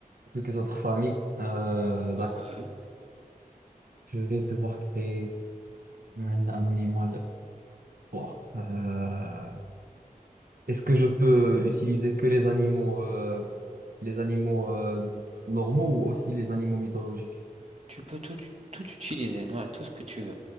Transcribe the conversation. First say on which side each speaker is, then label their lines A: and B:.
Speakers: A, on the right (about 80°); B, on the right (about 45°).
A: toutes les autres familles. Euh, d'accord.
B: ouais.
A: Je vais devoir créer un, un animal. Bon, euh, est-ce que je peux utiliser que les animaux, euh, les animaux euh, normaux ou aussi les animaux mythologiques?
B: Tu peux tout tout utiliser, ouais, tout ce que tu veux.